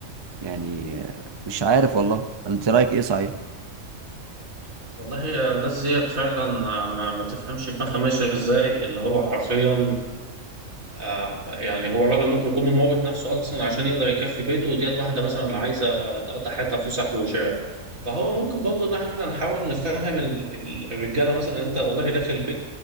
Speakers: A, on the right; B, on the right.
A: يعني آه، مش عارف والله ولا انت رايك ايه صحيح
B: والله يا الناس ديت فعلا ما, ما تفهمش دماغها ماشيه ازاي اللي هو حرفيا آه، يعني هو الراجل ممكن يكون مموت نفسه اصلا عشان يقدر يكفي بيته وديت واحده مثلا عايزه تقضي حياتها فسح وشراء فهو ممكن برضه ان احنا نحاول نفهم ال- ال- الرجاله مثلا انت والله داخل